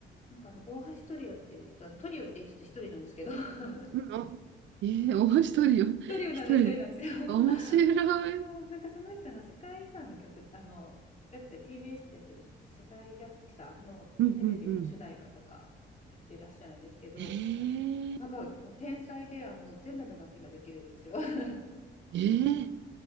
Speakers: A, on the left; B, on the right.
A: なんかあの大橋トリオっていう人、あのトリオって言いつつ一人なんですけど、<laughs>
B: うん、あ、ええお、一人よ。<laughs>
A: トリオなのに一人なんですよ。
B: 一人。
A: <laughs>
B: 面白い。
A: そう、なんかその人の世界遺産の曲、あの、よく TBS ってやってる世界遺産のテレビの主題歌とかやってらっしゃるんですけど、
B: うんうんうん。えええ
A: なんかもう天才であの全部の楽器ができるんですよ。<laughs>
B: ー